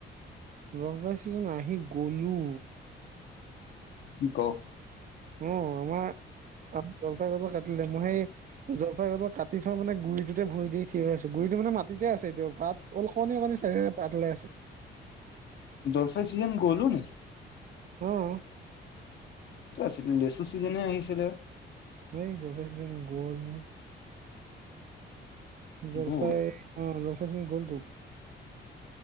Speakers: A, on the right; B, on the left.
A: লগ পাইছোন আহি গলো।
B: ক
A: অ আমাৰ জলপাই গছ কাটিলে মই সেই জলফাইগছ কাটি থোৱা মানে গুৰিটোতে ভৰি দি থিয় হৈ আছে গুৰিটো মানে মাটতে আছে এতিয়া পাত অলকণনি কানী চাই পাত লৈ আছে।
B: জলফাই চিযেন গ'লোন
A: উম
B: ছিল লেচু চিজনে আহিছিলে
A: সেই জলফাই চিজন গ'ল নহয়। জলফাই
B: বু
A: অ জলফাই চিজন গ'লটো